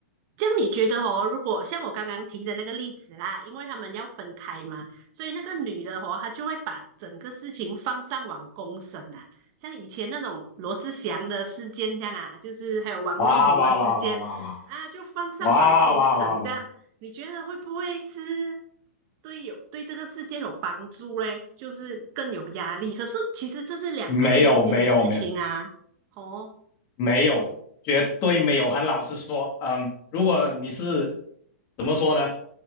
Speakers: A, on the right; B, on the left.
A: 这样你觉得哦，如果像我刚刚提的那个例子啦，因为他们要分开嘛，所以那个女的哦，她就会把整个事情放上网公审啊，像以前那种罗志祥的事件这样啊，就是还有王力宏的事件啊，
B: 哇哇哇哇哇哇
A: 就放上网公审这样，
B: 哇哇哇哇，
A: 你觉得会不会是对有对这个事件有帮助嘞？就是更有压力，可是其实这是两个人之间的事情啊，
B: 没有没有没有，
A: 哦，
B: 没有，
A: 对。
B: 绝对没有。很老实说，嗯，如果你是怎么说呢？